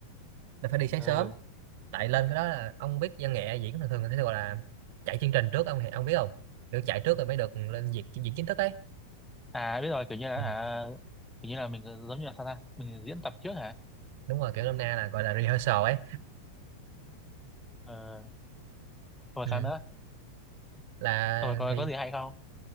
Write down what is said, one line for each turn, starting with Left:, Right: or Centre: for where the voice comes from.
Right: là phải đi sáng
Centre: ừ
Right: sớm tại lên cái đó là ông biết văn nghệ diễn thường thường người ta sẽ gọi là chạy chương trình trước ông hiểu- ông biết không kiểu chạy trước rồi mới được lên diễn diễn chính thức ấy
Centre: à biết rồi kiểu như là
Right: ừ.
Centre: à, kiểu như là mình giống như là sao ta mình diễn tập trước hả
Right: đúng rồi kiểu năm nay là gọi là rehearsal ấy
Centre: ờ xong rồi
Right: ừ.
Centre: sao nữa
Right: là
Centre: xong rồi coi
Right: thì
Centre: có gì hay không